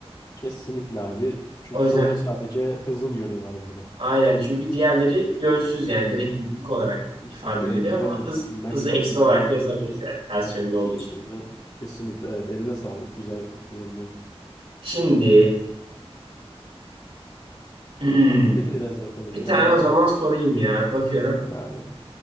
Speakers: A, on the left (about 35°); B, on the right (about 70°).
A: Kesinlikle abi. Çünkü
B: O yüzden
A: sonuçta sadece hızın yönü var burada.
B: aynen çünkü diğerleri yönsüz yani direkt büyüklük olarak ifade
A: Direkt
B: ediliyor ama
A: aynen
B: hız
A: mag-
B: hızı eksi
A: magnitude
B: olarak da yazabiliriz yani ters
A: dediğimiz
B: yönde olduğu
A: şekilde.
B: için.
A: Kesinlikle evet. Eline sağlık. Güzel yorumladın.
B: Şimdi <clears throat>
A: Zorla beni biraz bakalım
B: bir
A: ya.
B: tane
A: Birazcık
B: o zaman sorayım ya. Bakıyorum.
A: zor abi.